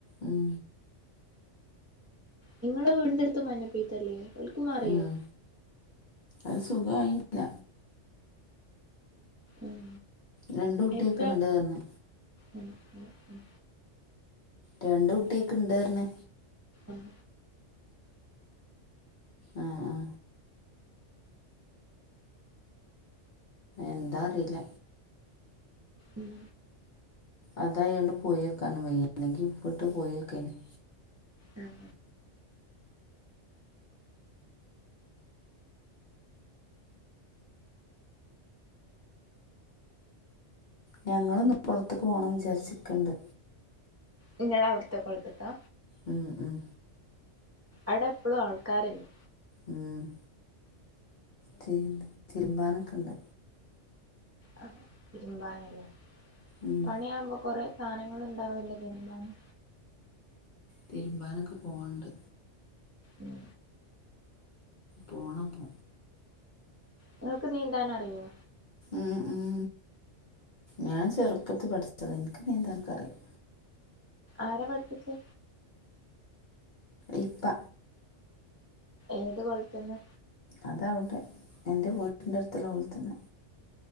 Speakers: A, on the left; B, on the right.
A: ഉം
B: നിങ്ങളെ വീടിന്റെ അടുത്ത് മഞ്ഞപ്പീത്തല്ലേ ഓൽക്ക് മാറിയോ
A: ഉം അത് സുഖവായില്ല
B: ഉം
A: രണ്ട് കുട്ടിയക്ക്
B: എത്ര
A: ഇണ്ട് പറഞ്ഞ്
B: ഉം ഉം ഉം
A: രണ്ട് കുട്ടിയേക്ക് ഇണ്ട് പറഞ്ഞ്
B: ഉം
A: ആഹ് -ആഹ് എന്താ അറിയില്ല
B: ഉം
A: അതായോണ്ട് പോയോക്കാനും വയ്യ അല്ലെങ്കി ഇപ്പട്ട് പോയോക്കേനി
B: ഉം
A: ഞങ്ങളും ഒന്ന് പൊറത്ത്ക്ക് പോണം വിജാരിച്ചിക്ക്ണ്ട്
B: നിങ്ങളവ്ട്ത്ത കൊൾത്ത്ക്കാ
A: ഉം -ഉം
B: അവ്ടെപ്പളും ആൾക്കാരല്ലേ
A: ഉം തിരുമ്പി തിരുമ്പാനൊക്ക്ണ്ട്
B: ആ തിരുമ്പാനല്ലേ
A: ഉം.
B: പണിയാവുമ്പോ കൊറേ സാനങ്ങള്ണ്ടാവില്ലേ മനി
A: തിരുമ്പാനൊക്കെ പോണ്ട്
B: ഉം
A: പോണം പൊ
B: നിങ്ങൾക്ക് നീന്താനറിയോ
A: ഉം -ഉം ഞാൻ ചെറുപ്പത്ത് പഠിച്ചതാ എനിക്ക് നീന്താനൊക്കറിയാം
B: ആരാ പഠിപ്പിച്ചേ
A: ഇപ്പ
B: ഏത് കൊള്ത്ത്ന്ന്
A: അതാവട്ടെ എൻ്റെ വീട്ടിൻ്റെ അടുത്തുള്ള കൊളത്ത്ന്ന്